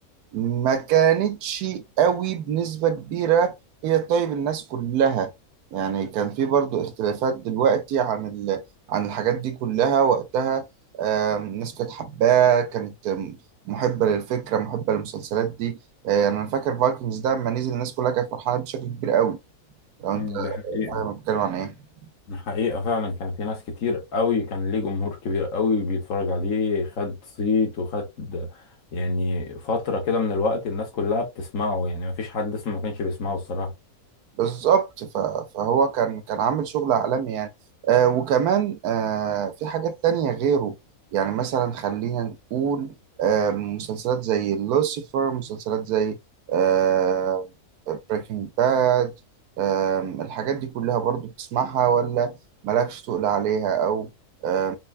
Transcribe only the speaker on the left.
م،
ده حقيقي
الحقيقة فعلا كان في ناس كتير قوي كان ليه جمهور كبير قوي بيتفرج عليه خد صيت وخد يعني فترة كده من الوقت الناس كلها بتسمعه يعني مفيش حد اسمه ما كانش بيسمعه الصراحة